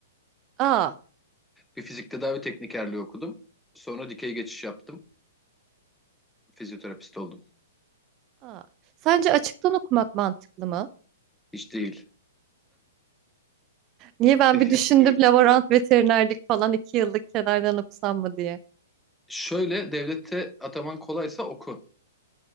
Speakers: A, on the right (about 30°); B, in the centre.
A: Aa,
B: Bir fizik tedavi teknikerliği okudum. Sonra dikey geçiş yaptım. Fizyoterapist oldum.
A: aa. Sence açıktan okumak mantıklı mı?
B: Hiç değil.
A: Niye ben
B: <laughs>
A: bir düşündüm laborant veterinerlik falan iki yıllık kenardan okusam mı diye.
B: Şöyle devlette ataman kolaysa oku.